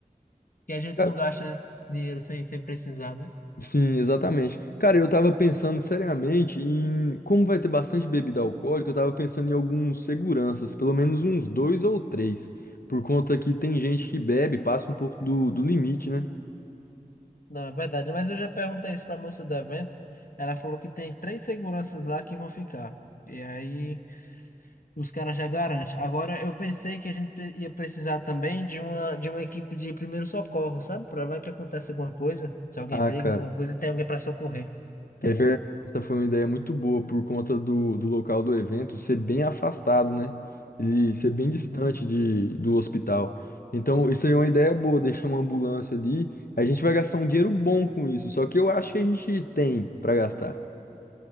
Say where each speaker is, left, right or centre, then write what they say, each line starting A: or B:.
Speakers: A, on the left; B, on the left.
A: E a gente
B: Cara,
A: não gasta dinheiro sem, sem precisar, né?
B: sim, exatamente. Cara, eu tava pensando seriamente em como vai ter bastante bebida alcoólica, eu tava pensando em alguns seguranças, pelo menos uns dois ou três, por conta que tem gente que bebe, passa um pouco do, do limite, né?
A: Não, é verdade. Mas eu já perguntei isso pra moça do evento. Ela falou que tem três seguranças lá que vão ficar. E aí os caras já garantem. Agora eu pensei que a gente pre- ia precisar também de uma, de uma equipe de primeiro socorro, sabe? Pra vai que acontece alguma coisa. Se alguém
B: Ah,
A: briga,
B: cara,
A: alguma coisa, tem alguém pra socorrer.
B: é verdade. Essa foi uma ideia muito boa por conta do, do local do evento ser bem afastado, né? Ele ser bem distante
A: Uhum.
B: de, do hospital. Então, isso aí é uma ideia boa, deixar uma ambulância ali. A gente vai gastar um dinheiro bom com isso, só que eu acho que a gente tem pra gastar.